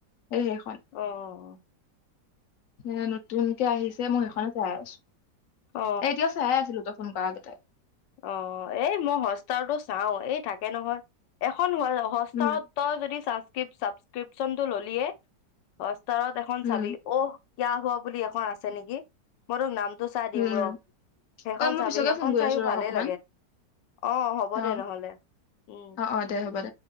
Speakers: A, on the left; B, on the left.
A: সেই সেইখন
B: অ', অ', অ।
A: এ নতুনকে আহিছে মই সেইখনো চাই আছো।
B: অ
A: এতিয়াও চাই আছিলো। তই ফোন কৰা আগতে
B: অ এই মই হটষ্টাৰটো চাও এই থাকে নহয় এখন। হটষ্টাৰত
A: উম
B: তই যদি চাবস্ক্ৰিপচনতো ল'লিয়ে তত এখন চাবি
A: উম
B: অহ কিয়া হোৱা বুলি এখন আছে নেকি মই তোক নাম চাই দিম
A: উম উম
B: ৰ সেইখন
A: অ মই
B: চাবি
A: পিছকে
B: সেইখন
A: ফোন কৰি
B: চাইও।
A: আছো ৰ অকমান
B: ল অ হ'ব দে
A: অ
B: নহ'লে উম।
A: অ অ দে হ'ব দে